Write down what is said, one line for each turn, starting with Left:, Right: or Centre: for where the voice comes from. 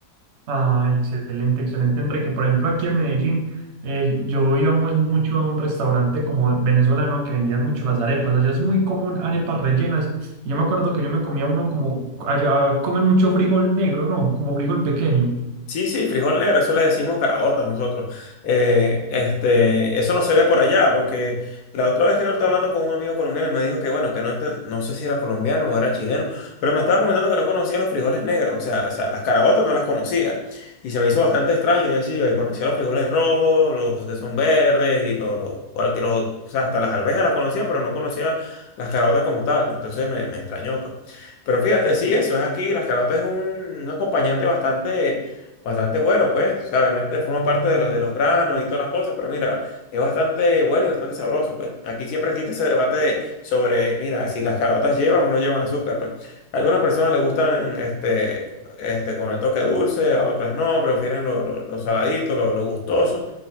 Right: Ah, excelente, excelente, Enrique. Por ejemplo, aquí en Medellín, eh, yo iba muy- mucho a un restaurante como venezolano que vendían mucho las arepas. Allá es muy común arepas rellenas. y Yo me acuerdo que yo me comía uno como, allá comen mucho frijol negro, ¿no? Como frijol pequeño.
Left: Sí, sí, frijol negro, eso le decimos caraotas nosotros. Eh, este, eso no se ve por allá, porque la otra vez que yo estaba hablando con un amigo colombiano y me dijo que, bueno, que no, enten- no sé si era colombiano o era chileno, pero me estaba comentando que no conocía los frijoles negros, o sea, o sea, las caraotas no las conocía. Y se me hizo bastante extraño, y decía, yo conocía los frijoles rojos, los que son verdes, y los, los, cualquier, los- o sea, hasta las arvejas las conocía, pero no conocía las caraotas como tal. Entonces me, me extrañó, pues. Pero fíjate, sí, eso es aquí, las caraotas es un un acompañante bastante Bastante bueno, pues. O sea, obviamente forma parte de los, de los granos y todas las cosas, pero mira, es bastante bueno y bastante sabroso, pues. Aquí siempre existe ese debate de- sobre, mira, si las caraotas llevan o no llevan azúcar, pues. A algunas personas les gustan este, este, con el toque dulce, a otras no, prefieren lo, lo, lo saladito, lo, lo gustoso.